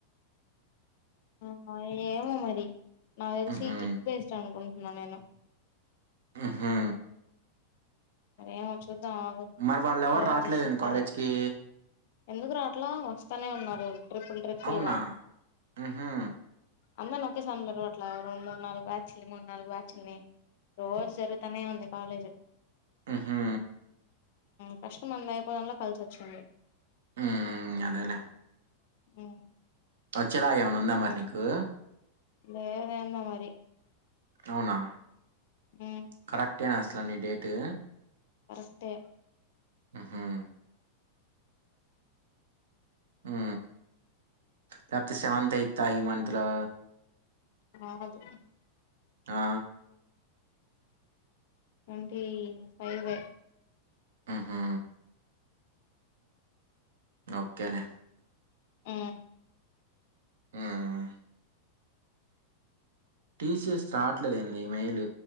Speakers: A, on the left; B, on the right.
A: ఆ ఏమో మరి నాకు తెలిసి
B: ఉహూ
A: కిట్ వెస్ట్ అనుకుంటున్నా నేను
B: ఉహు
A: మరి ఏమో చూద్దాం ఆగు
B: మరి వాళ్ళ ఎవరు
A: తర్వాత
B: రాట్లేదండి
A: చూసి చెప్తాలే
B: కాలేజ్కి
A: ఎందుకు రావట్ల వస్తానే ఉన్నారు ట్రిప్పుల్ ట్రిప్పుల్గా
B: అవునా ఉహూ
A: అందరినీ ఒకేసారి పిలవట్ల ఒక రెండు మూడు నాలుగు బ్యాచ్ల్ని మూడు నాలుగు బ్యాచ్ల్ని రోజు జరుగుతానే ఉంది కాలేజ్
B: ఉహు
A: ఫస్ట్ మనది అయిపోవాడం లో కలిసి వచ్చింది
B: హ్మ్మ్ అదేలే
A: ఉ
B: వచ్చేలాగ ఏమైనా ఉందా మరి నీకు
A: లేదెందో మరి
B: అవునా
A: ఉమ్
B: కరెక్టేనా అసల నీ డేటు
A: కరెక్ట్ యే
B: ఉహు హూ లేపోతే సెవెంతయితా ఈ మంత్ లో
A: కాదు
B: ఆ
A: టంటీ ఫైవే
B: ఉహు ఓకె లె
A: ఊ
B: హ్మ్. టీసెస్ రాట్లేదేంది మెయిల్